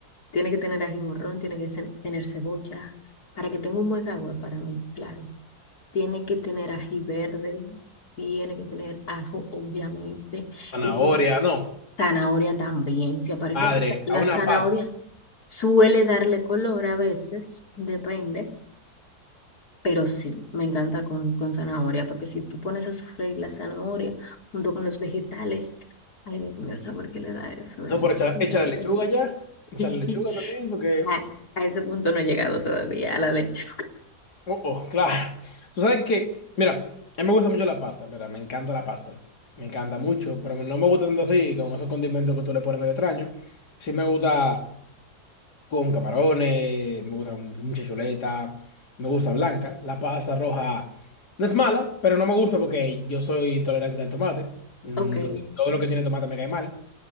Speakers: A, on the left (about 70°); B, on the left (about 85°).
A: Tiene que tener ají morrón, tiene que tener cebolla, para que tenga un buen sabor para mí, claro. Tiene que tener ají verde, tiene que tener ajo, obviamente.
B: Zanahoria,
A: Eso es
B: no.
A: zanahoria también, se aparece.
B: Padre,
A: La
B: a una
A: zanahoria
B: pasta.
A: suele darle color a veces, depende, pero sí, me encanta con, con zanahoria, porque si tú pones a sofreír la zanahoria junto con los vegetales, ay Dios mío, el sabor que le da eso, eso
B: No, pero échale,
A: es increíble.
B: échale lechuga ya. Echa
A: <laughs>
B: lechuga también, porque
A: A, a ese punto no he llegado todavía, a la lechuga.
B: Oh, oh, <laughs> claro. Tú sabes que, mira, a mí me gusta mucho la pasta, ¿verdad? Me encanta la pasta. Me encanta mucho, pero no me gusta tanto así, con esos condimentos que tú le pones medio extraño. Sí me gusta con camarones, me gusta con mucha chuleta, me gusta blanca. La pasta roja no es mala, pero no me gusta porque yo soy intolerante al tomate. Entonces,
A: Ok.
B: todo lo que tiene tomate me cae mal,